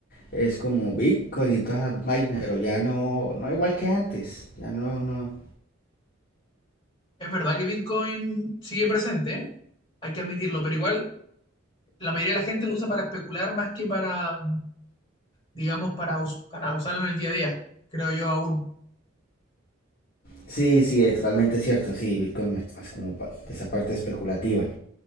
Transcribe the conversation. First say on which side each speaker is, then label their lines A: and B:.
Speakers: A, on the left; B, on the left.
A: Es como Bitcoin y todas las vainas, pero ya no, no igual que antes. Ya no, no.
B: Es verdad que Bitcoin sigue presente, ¿eh? Hay que admitirlo, pero igual la mayoría de la gente lo usa para especular más que para, digamos, para, us- para usarlo en el día a día, creo yo aún.
A: Sí, sí, es totalmente cierto. Sí, Bitcoin es más como pa- de esa parte especulativa.